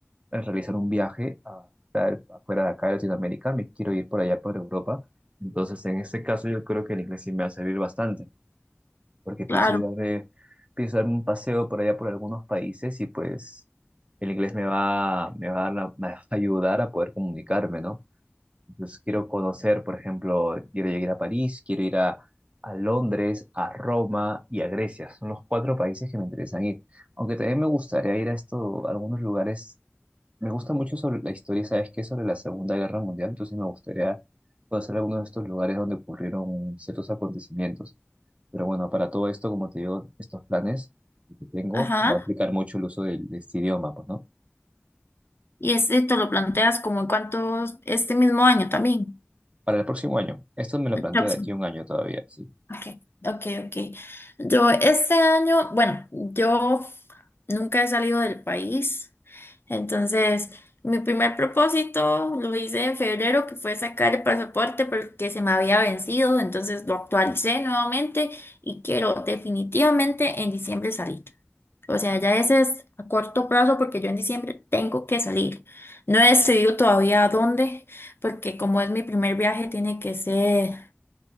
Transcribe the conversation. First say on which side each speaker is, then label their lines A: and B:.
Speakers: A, on the right; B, on the left.
A: eh, realizar un viaje a, a- fuera de acá de Latinoamérica, me quiero ir por allá por Europa. Entonces, en este caso, yo creo que el inglés sí me va a servir bastante porque pienso
B: Claro.
A: ir a darme, pienso darme un paseo por allá por algunos países y pues el inglés me va, me va a, dar la- me va a ayudar a poder comunicarme, ¿no? Entonces quiero conocer, por ejemplo, quiero ir a París, quiero ir a, a Londres, a Roma y a Grecia. Son los cuatro países que me interesan ir. Aunque también me gustaría ir a esto, a algunos lugares. Me gusta mucho sobre la historia, ¿sabes qué? Sobre la Segunda Guerra Mundial, entonces me gustaría conocer algunos de estos lugares donde ocurrieron ciertos acontecimientos. Pero bueno, para todo esto, como te digo, estos planes que tengo
B: Ajá.
A: va a implicar mucho el uso del- de, este idioma, pues, ¿no?
B: Y este te lo planteas como en cuántos, este mismo año también,
A: Para el próximo año. Esto me lo
B: el
A: planteo
B: próximo.
A: de aquí a un año todavía, sí.
B: Ok, ok, ok. Yo este año, bueno, yo nunca he salido del país, entonces mi primer propósito lo hice en febrero, que fue sacar el pasaporte porque se me había vencido, entonces lo actualicé nuevamente y quiero definitivamente en diciembre salir. O sea, ya ese es a corto plazo porque yo en diciembre tengo que salir. No he decidido todavía a dónde, porque como es mi primer viaje, tiene que ser,